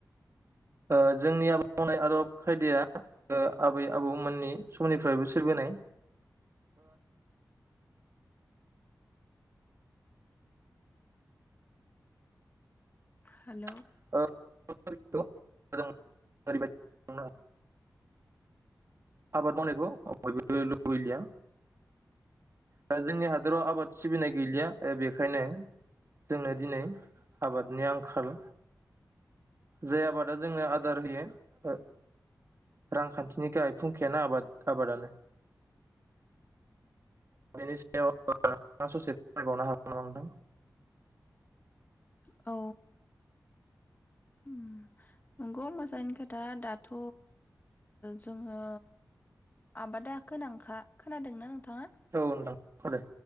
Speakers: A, on the right; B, on the left.
A: ओ जोंनि आब मावनाय आदब खायदाया आबै आबौमोननि समनिफ्रायबो सोरबोनाय
B: हेल'
A: <unintelligible> <unintelligible> ओरैबायदि ह आबाद मावनायखौ बयबो लुबैलिया दा जोंनि हादराव आबाद सिबिनाय गैलिया ओ बेखायनो जोंनो दिनै आबादनि आंखाल जाय आबादा जोंनो आदार होयो ओ रांखान्थिनि गाहाय फुंखायानो आबाद आबादानो बेनि सायाव नोंथांआ ससे फोरमायबावनो हागोनमा नोंथां?
B: औ ओम नंगौ मोजाङैनो खोथा दाथ जोङो आबादा गोनांखा खोनादोंना नोंथाङा?
A: औ‌ नोंथां‌ खोनादो